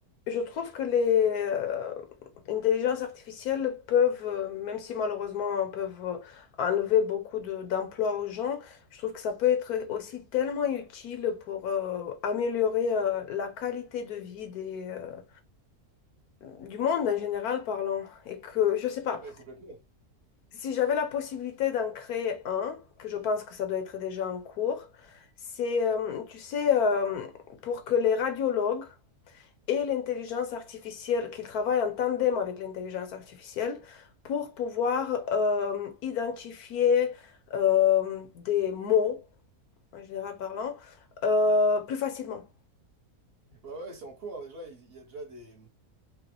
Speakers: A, on the left; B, on the right.
A: Je trouve que les euh, intelligences artificielles peuvent, euh, même si malheureusement peuvent euh, enlever beaucoup de- d'emplois aux gens, je trouve que ça peut être aussi tellement utile pour euh, améliorer euh, la qualité de vie des, euh, du monde en général parlant. Et que, je sais pas,
B: Ah ben complètement.
A: si j'avais la possibilité d'en créer un, que je pense que ça doit être déjà en cours, c'est, euh, tu sais, euh, pour que les radiologues et l'intelligence artificielle, qu'ils travaillent en tandem avec l'intelligence artificielle pour pouvoir euh, identifier euh, des mots, en général parlant, euh, plus facilement.
B: Bah ouais, c'est en cours hein, déjà. Il il y a déjà des,